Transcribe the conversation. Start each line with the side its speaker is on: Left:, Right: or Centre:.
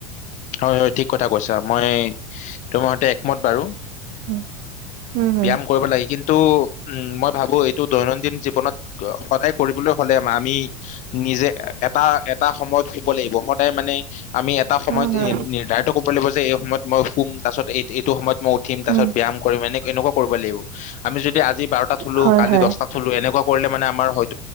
Left: হয় হয় ঠিক কথা কৈছা মই তোমাৰ সৈতে একমত বাৰু।
Right: উম উম উম
Left: ব্যায়াম কৰিব লাগেই, কিন্তু ত'তো উম, মই ভাবোঁ এইটো দৈনন্দিন জীৱনত অনেক কৰিবলৈ হ'লে আমি নিজে। এটা, এটা সময়ত। লাগিব, সদায় মানে। আমি এটা সময়ত।
Right: উম উম
Left: এ <unintelligible> কৰলৈ গৈছে এ সময়ত? মই শুম। তাৰ পাছত এইটো এইটো সময়ত মই উঠিম। তাৰ
Right: উম
Left: পাছত ব্যায়াম কৰিম, এনে এনেকুৱা কৰিব লাগিব। আমি যদি আজি বাৰটাত শুলোঁ,
Right: হয়
Left: কালি
Right: হয়
Left: দহটাত শুলোঁ, এনেকুৱা। কৰিলে মানে আমাৰ হয়।